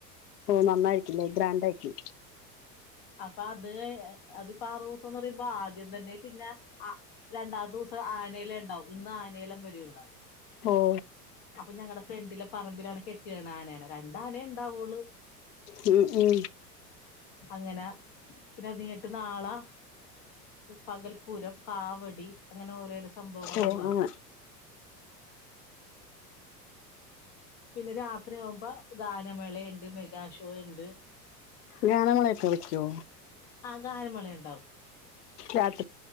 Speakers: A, on the left; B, on the left.
A: ഓ നന്നായിരിക്കിന്നു ഗ്രാൻറ്റക്കി
B: അപ്പാ അത് ക അത്പ്പ ആറു ദിവസോന്ന് പറയുമ്പോ ആദ്യം തന്നെ പിന്നെ ആ രണ്ടാത്തൊസ്വം ഇന്ന് ആനേയിലയിണ്ടാവും ഇന്ന് ആനേലം വരൂ ഇവിടെ
A: ഓ
B: പ്പൊ ഞങ്ങടെ ഫ്രണ്ടിലെ പറമ്പിലാണ് കെട്ടിയിടനെ ആനനെ രണ്ടാനേ ഉണ്ടാവൊള്ളൂ.
A: മൂ മൂ
B: അങ്ങനെ പിന്നെ അതട്ട് നാളെ പകൽപ്പൂരം കാവടി അങ്ങെനെ ഓരേ ഡിസ് സംഭവങ്ൾ
A: ഓ
B: ഉണ്ടാവും
A: അങ്ങനെ
B: പിന്നെ രാത്രി ആകുമ്പോ ഗാനമേള ഉണ്ട് മെഗാഷോ ഉണ്ട്
A: ഗാനങ്ങളെയൊക്കെ വെക്യോ
B: ആ ഗാനമെളയുണ്ടാവും
A: രാത്രി